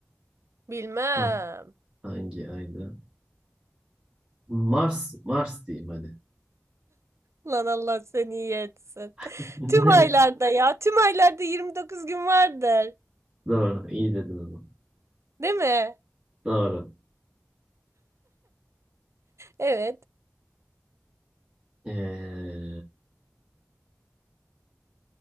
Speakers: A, on the right (about 70°); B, on the right (about 20°).
A: Bilmem.
B: Ha. Hangi ayda? Mars, Mars diyeyim hadi.
A: Lan Allah seni iyi etsin. <laughs>
B: <laughs>
A: Tüm
B: Ne?
A: aylarda ya. Tüm aylarda 29 gün vardır.
B: Doğru, iyi dedin ama
A: Değil mi?
B: Doğru.
A: Evet.
B: Ee,